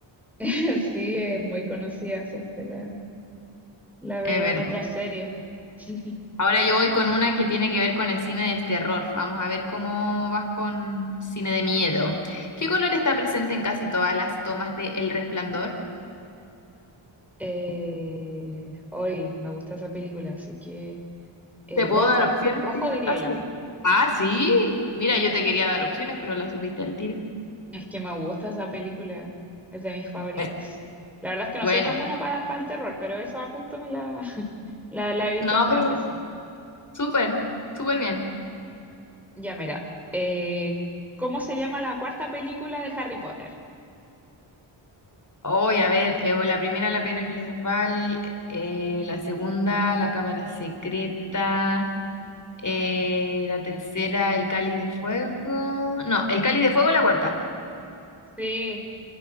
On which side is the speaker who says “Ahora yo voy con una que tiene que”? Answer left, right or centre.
Left